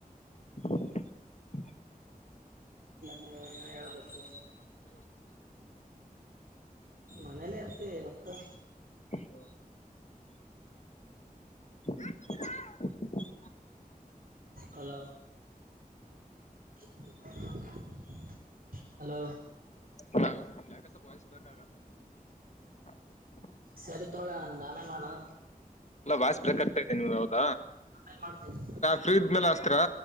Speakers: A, on the left; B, on the right.
A: <inaudible>
B: ನರು ನೀ <unintelligible> ಹೇಳಬೇಕು ಮನೇಲ್ಲೇ ಇರ್ತೀವಿ ಇವತ್ತು.
A: ಹ್ಮ <inaudible> ಅಪ್ಪ <unintelligible>
B: ಹಲೋ, <unintelligible> ಹಲೋ,
A: ಹ ಯಕಸ ವಯಸ್ ಬ <unintelligible>
B: ಸರಿ ತೋಗಳಿ ನಾನು ಆಮೇಲೆ ಮಾಡ್ಲಾ
A: ಅಲ್ಲಾ ವಾಯ್ಸ್ ಬ್ರೇಕಾಗ್ತೈತ ಈವಾಗ.
B: ಆಮೇಲೆ ಮಾಡತೀನಿ
A: ಫ್ರೀಜ್ ಮೇಲೆ ಅಸ್ತ್ರಾ